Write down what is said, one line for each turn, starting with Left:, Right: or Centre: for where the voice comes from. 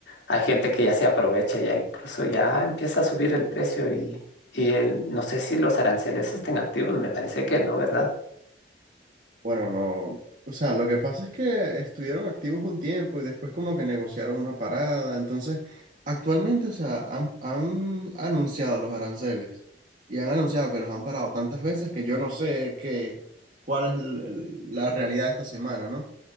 Left: hay gente que ya se aprovecha, ya incluso ya empieza a subir el precio y, y el- no sé si los aranceles estén activos, me parece que no, ¿verdad?
Right: Bueno, no. O sea, lo que pasa es que estuvieron activos un tiempo y después como que negociaron una parada. Entonces, actualmente, o sea, han, han anunciado los aranceles y han anunciado que los han parado tantas veces que yo no sé qué, cuál es el- el- la realidad de esta semana, ¿no?